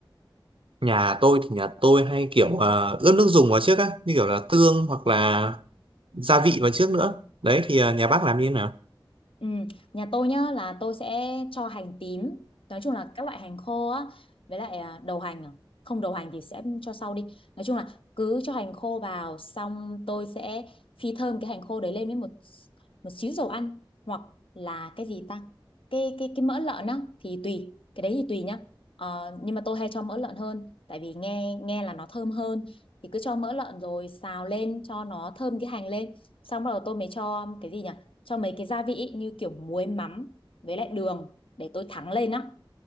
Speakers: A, on the right; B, on the left.
A: Nhà tôi thì nhà tôi hay kiểu ờ, ướp nước dùng vào trước á, như kiểu là tương hoặc là gia vị vào trước nữa. Đấy thì ờ, nhà bác làm như thế nào?
B: Ừ, nhà tôi nhá là tôi sẽ cho hành tím nói chung là các loại hành khô á với lại à, đầu hành à. không đầu hành thì sẽ cho sau đi nói chung là cứ cho hành khô vào xong tôi sẽ phi thơm cái hành khô đấy lên với một một xíu dầu ăn hoặc là cái gì ta cái cái cái mỡ lợn á thì tùy cái đấy thì tùy nhá Ờ, nhưng mà tôi hay cho mỡ lợn hơn tại vì nghe nghe là nó thơm hơn thì cứ cho mỡ lợn rồi xào lên cho nó thơm cái hành lên xong rồi tôi mới cho cái gì nhỉ cho mấy cái gia vị ý, như kiểu muối mắm với lại đường để tôi thắng lên á